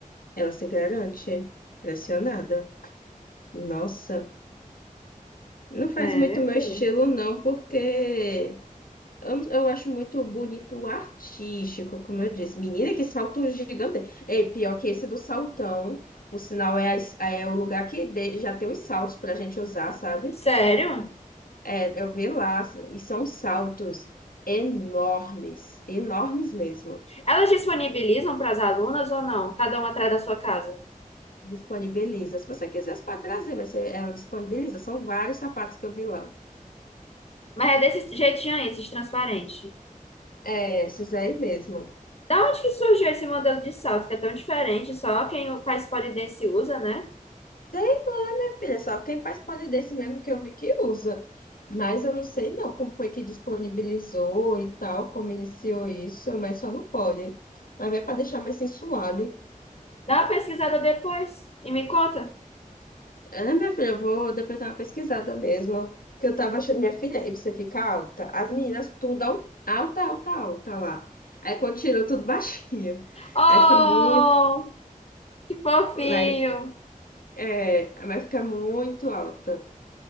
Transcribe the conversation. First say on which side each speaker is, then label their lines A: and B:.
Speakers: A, on the left; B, on the left.
A: Ela se garante. Pressionada. Nossa. Não faz
B: É,
A: muito
B: minha
A: meu
B: filha.
A: estilo, não, porque eu, eu acho muito bonito o artístico, como eu disse. Menina, que salto gigante. É pior que esse do saltão. Por sinal, é, a es- é o lugar que de- já tem os saltos pra gente usar, sabe?
B: Sério?
A: É, eu vi lá, e são saltos enormes, enormes mesmo.
B: Elas disponibilizam para as alunas ou não? Cada uma atrás da sua casa.
A: Disponibiliza. Se você quiser, você pode trazer, mas você- ela disponibiliza. São vários sapatos que eu vi lá.
B: Mas é desse jeitinho aí, esses transparentes.
A: É, esses aí mesmo.
B: Da onde que surgiu esse modelo de salto que é tão diferente? Só quem faz pole dance usa, né?
A: Sei, minha filha, só quem faz polidense mesmo que eu vi que usa. Mas eu não sei não como foi que disponibilizou e tal, como iniciou isso, mas só no poli. Mas é para deixar mais sensual. hein?
B: Dá uma pesquisada depois e me conta.
A: É, minha filha, eu vou depois dar uma pesquisada mesmo. Porque eu tava achando, minha filha, e você fica alta. As meninas tudo al- alta, alta, alta lá. Aí quando tirou, tudo <laughs> baixinha.
B: Oh,
A: Aí fica muito.
B: que fofinho!
A: Vai, é, vai ficar muito alta.